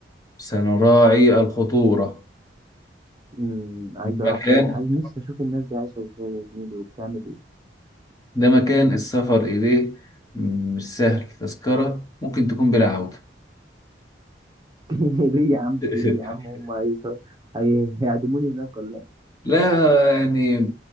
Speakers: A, on the left; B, on the right.
A: سنراعي الخطورة
B: امم عايز
A: مكان
B: اروح قريش عايز نفسي اشوف الناس دي عايشه ازاي يا زميلي وبتعمل ايه
A: ده مكان السفر إليه مش سهل تذكرة ممكن تكون بلا عودة
B: <laughs> ليه يا عم
A: <laughs>
B: في ايه يا عم هم هيص- هي... هيعدموني هناك ولا ايه
A: لا يعني